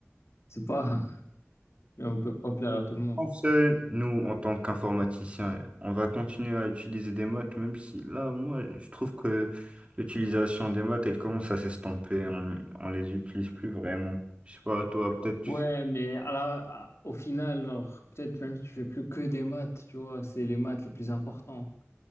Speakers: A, on the left; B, on the right.
A: C'est pas, <laughs> on peut pas plaire
B: Je
A: à tout le monde.
B: pense, euh, nous, en tant qu'informaticiens, on va continuer à utiliser des maths, même si là, moi, je trouve que l'utilisation des maths, elle commence à s'estomper. On, on les utilise plus vraiment. Je sais pas, toi, peut-être, tu-
A: Ouais, mais à la, à- au final, genre, peut-être même si tu fais plus que des maths, tu vois, c'est les maths les plus importants.